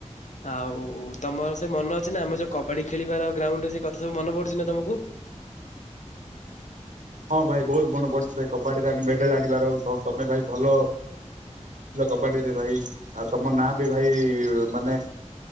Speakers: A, on the left; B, on the right.
A: ଆଉ ତମର ସେ ମନ ଅଛି ନା ଆମେ ଯୋଉ କବାଡି ଖେଳିବାର ଗ୍ରାଉଣ୍ଡ ରେ ସେ କଥା ସବୁ ମନେ ପଡୁଛି ନା ତମକୁ?
B: ହଁ ଭାଇ ବହୁତ ମନେ ପଡିଛି ଭାଇ କବାଡିରେ ମେଡାଲ ଆଣିବାର ଆ ତମେ ଭାଇ ଭଲ। କବାଡି ରେ ଭାଇ ଆଉ ତମ ନାଁ ଭାନେ